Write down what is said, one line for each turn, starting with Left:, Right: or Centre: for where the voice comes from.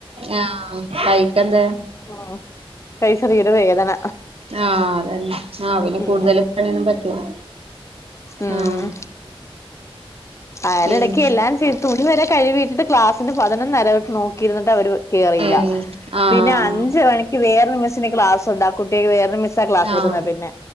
Right: ആഹ് വൈകിട്ടെന്തേ
Left: ഉം കൈ ചെറിയൊരു വേദന
Right: ആ അതന്നെ ആ പിന്നെ
Left: ഉം
Right: കൂടുതല് പണിയന്നും പറ്റൂല
Left: ഉം
Right: ആഹ്
Left: അയ്ന്ടക്ക്
Right: പിന്നെ
Left: എല്ലാം തുണി വരെ കഴിവിട്ടിട്ട് ക്ലാസിന്റെ പതിനൊന്നരട്ട് നോക്കിരിന്നിട്ട് അവര് കേറിയില്ല
Right: ഏഹ് ആഹ്
Left: പിന്നെ അഞ്ച് മണിക്ക് വേറൊരു മിസ്സിന് ക്ലാസുണ്ട് ആഹ് കുട്ടിക്ക് വേറൊരു മിസ്സാ ക്ലാസ് എടുക്കുന്ന
Right: ആഹ്
Left: പിന്നെ